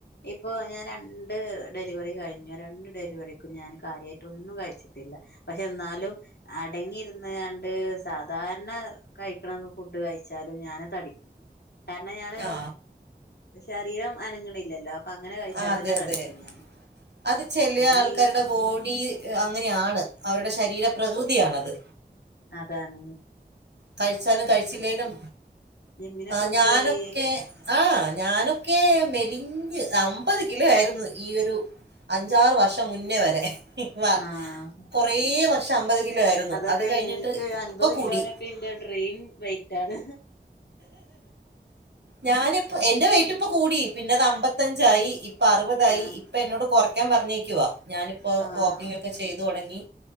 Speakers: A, on the left; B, on the right.
A: ഇപ്പോൾ ഞാൻ രണ്ട് ഡെലിവറി കഴിഞ്ഞു രണ്ട് ഡെലിവറിക്കും ഞാൻ കാര്യായിട്ടൊന്നും കഴിച്ചിട്ടില്ല. പക്ഷേ ഇന്നാലും അടങ്ങിയിര്ന്ന്ങ്ങാണ്ട് സാധാരണ കഴിക്ക്ണ ഫുഡ് കഴിച്ച ചാലും ഞാന് തടിക്കും കാരണം ഞാന്
B: ആ
A: ശരീരം അനങ്ങ്ണ് ല്ലല്ലാ അപ്പൊ അങ്ങനെ കഴിച്ചാൽ
B: ആ, അതെ
A: തന്നെ തടിക്കും
B: അതെ
A: ഞാൻ
B: അത് ചെലേ
A: ഞാനീ
B: ആൾക്കാരുടെ ബോഡി അങ്ങനെയാണ് അവരുടെ ശരീര പ്രകൃതിയാണത്
A: അതാൺ
B: കഴിച്ചാലും കഴിച്ചില്ലേലും
A: ജിമ്മിനൊക്കെ
B: ആഹ് ഞാനൊക്കെ
A: പോയി
B: ആഹ് ഞാനൊക്കേ മെലിഞ്ഞ് അമ്പത് കിലോ ആയിരുന്നു ഈ ഒരു അഞ്ചാറ് വർഷം മുന്നേ വരെ വ
A: ആഹ്
B: കൊറേ വർഷം അമ്പത് കിലോ ആയിരുന്നു
A: അതൊക്കെ
B: അത് കഴിഞ്ഞിട്ട്
A: എനിക്ക് അൻപത്
B: ഇപ്പൊ കൂടി
A: കിലോനൊക്കെ എന്റെ ഡ്രീം വെയിറ്റാണ്
B: ഞാനിപ്പം എന്റെ വെയിറ്റ് ഇപ്പം കൂടി പിന്നതമ്പത്തഞ്ചായി ഇപ്പ അുറുപതായി
A: ആഹ്
B: ഇപ്പൊ എന്നോട് കൊറയ്ക്കാൻ പറഞ്ഞേക്കുവാ ഞാനിപ്പോ
A: ആഹ്
B: വാക്കിംഗ് ഒക്കെ ചെയ്തു തുടങ്ങി